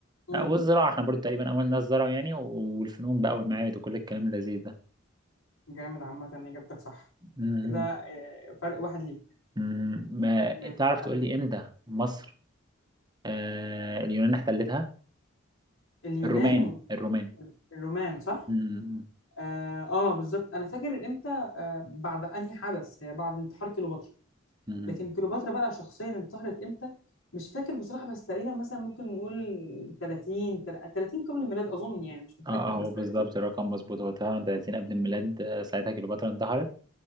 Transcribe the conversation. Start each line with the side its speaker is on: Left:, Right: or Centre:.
Left: امم
Right: آه والزراعة إحنا برضو تقريبا أول ناس زرعوا يعني والفنون بقى والمعابد وكل الكلام اللذيذ ده
Left: جامد عامة إجابتك صح
Right: مم.
Left: كده آه، فرق واحد ليك
Right: مم، ما تعرف
Left: ماشي اسألني
Right: تقول لي امتى مصر آه اليونان احتلتها
Left: اليونان
Right: الرومان الرومان
Left: والرومان صح؟
Right: مم،
Left: اه, آه بالظبط انا فاكر امتى آه بعد انهي حدث هي بعد انتحار كليوباترا
Right: مم.
Left: لكن كليوباترا بقى شخصيا انتحرت امتى مش فاكر بصراحه بس تقريبا مثلا ممكن نقول 30 تل- 30 قبل الميلاد اظن يعني مش متاكد
Right: اه آه، هو
Left: بس
Right: بالظبط
Left: 30
Right: الرقم مظبوط هو 30 قبل الميلاد آه، ساعتها كليوباترا انتحرت